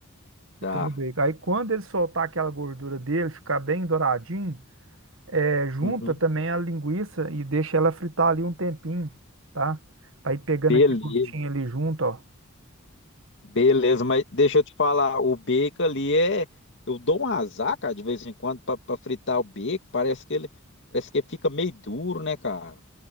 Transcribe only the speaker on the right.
fritando
o bacon. Aí quando ele soltar aquela gordura dele, ficar bem douradinho, é, junta
também a linguiça e deixa ela fritar ali um tempinho, tá? Vai pegando
aquele gostinho ali junto, ó.